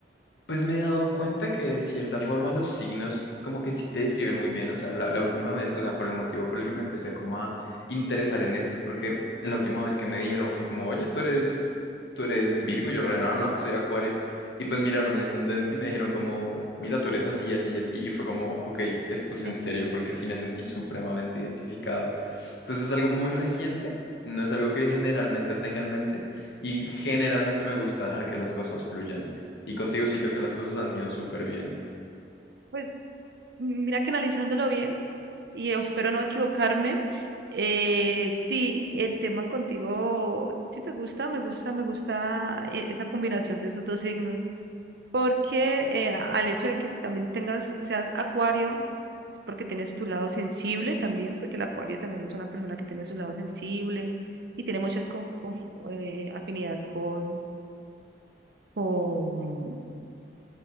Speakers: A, on the left; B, on the right.
A: Pues me he dado cuenta que de cierta forma los signos como que sí te describen muy bien, o sea, la, la última vez, o sea, por el motivo por el que me empecé como a interesar en estos, porque la última vez que me dijeron fue como, oye, tú eres, tú eres Virgo, y yo, re, no, no, soy Acuario, y pues miraron mi ascendente y me dijeron como, mira, tú eres así, así, así, y fue como, ok, esto es
B: Ujú.
A: en serio, porque sí me sentí supremamente identificado. Entonces es algo muy reciente, no es algo que generalmente tenga en mente y generalmente me gusta dejar que las cosas fluyan. Y contigo siento que las cosas han ido súper bien.
B: Pues mira que analizándolo bien. y yo espero no equivocarme. Eh, sí, el tema contigo, sí me gusta, me gusta, me gusta eh, esa combinación de esos dos signos, porque eh, al hecho de que también tengas, seas acuario, es porque tienes tu lado sensible también, porque el acuario también es una persona que tiene su lado sensible y tiene muchas con- con- eh, afinidad con, con